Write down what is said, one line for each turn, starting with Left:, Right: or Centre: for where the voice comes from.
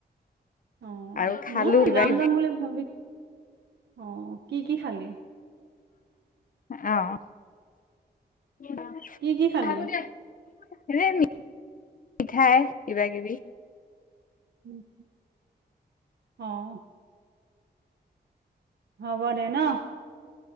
Right: অহ
Left: আৰু
Right: ',
Left: খালো
Right: ম
Left: কিবা
Right: যাম-
Left: কিবি
Right: যাম বুলি ভাবি অহ ', কি- কি খালি?
Left: অহ ', <unintelligible>
Right: কি কি খালি
Left: চাক দিয়া হেৰি পিঠাই কিবা কিবি।
Right: উম', অহ ', হব দে ন।